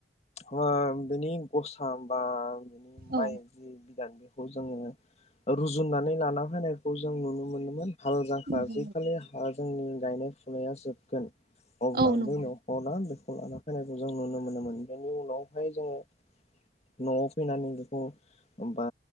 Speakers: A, on the left; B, on the right.
A: मा बेनि गसा बा बिनि
B: औ
A: माइ जि बिदान बेखौ जोङो रुजुननानै लाना होनाय। खौ जों नुनो मोनोमोन। हाल जांख्रा
B: नंगौ
A: जिखालि हा जोंनि। <unintelligible> जोबगोन अब्ला
B: औ नंगौ
A: बै नखरा बेखौ लाना फैनायखौ जों नुनो मोनोम मोन। बेनि उनावहाय जोङो। न आव फैना ओमबा